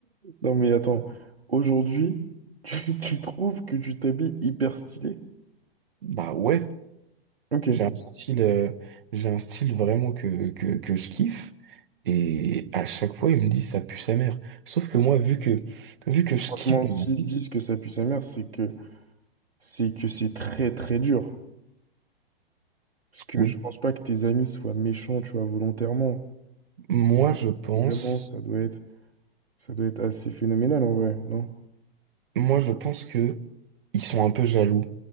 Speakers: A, on the right; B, on the right.
A: Non mais attends, aujourd'hui, tu, tu trouves que tu t'habilles hyper stylé?
B: Bah ouais,
A: Ok.
B: j'ai un style, euh, j'ai un style vraiment que, que, que je kiffe. Et à chaque fois, ils me disent ça pue sa mère. Sauf que moi, vu que, vu que je
A: Franchement,
B: kiffe de
A: s'ils
B: la vie,
A: disent que ça pue sa mère, c'est que c'est que c'est très très dur. Parce que
B: oui,
A: je pense pas que tes amis soient méchants, tu vois, volontairement.
B: moi je pense,
A: Vraiment, ça doit être ça doit être assez phénoménal en vrai, non?
B: moi je pense que ils sont un peu jaloux.